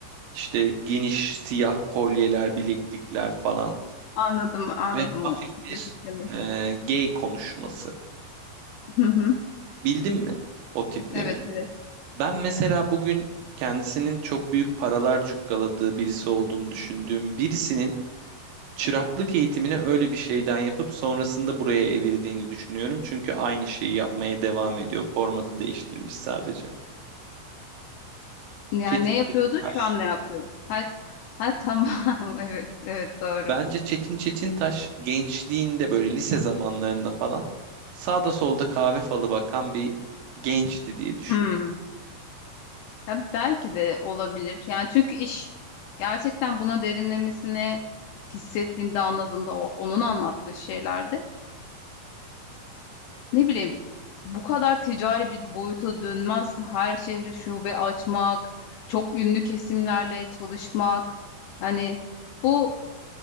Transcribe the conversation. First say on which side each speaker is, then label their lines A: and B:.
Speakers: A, on the right; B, on the left.
A: işte geniş siyah kolyeler, bileklikler falan.
B: anladım anladım
A: Ve hafif
B: o
A: bir
B: şey fikrimi.
A: ee, gay konuşması.
B: Hı hı.
A: Bildin mi o tiplemeyi?
B: Evet evet
A: Ben mesela bugün kendisinin çok büyük paralar cukkaladığı birisi olduğunu düşündüğüm birisinin çıraklık eğitimini öyle bir şeyden yapıp sonrasında buraya evirdiğini düşünüyorum. Çünkü aynı şeyi yapmaya devam ediyor. Formatı değiştirmiş sadece.
B: yani
A: Çetin
B: ne
A: Çetintaş.
B: yapıyordu şu an ne yapıyor? Ha, ha tamam <laughs> evet evet doğru.
A: Bence Çetin Çetintaş gençliğinde böyle lise zamanlarında falan sağda solda kahve falı bakan bir gençti diye düşünüyorum.
B: Hmm. Ya belki de olabilir yani çünkü iş gerçekten buna derinlemesine hissettiğinde anladığında o, onun anlattığı şeylerde ne bileyim bu kadar ticari bir boyuta dönmez. Her şehre şube açmak, çok ünlü kesimlerle çalışmak. Hani bu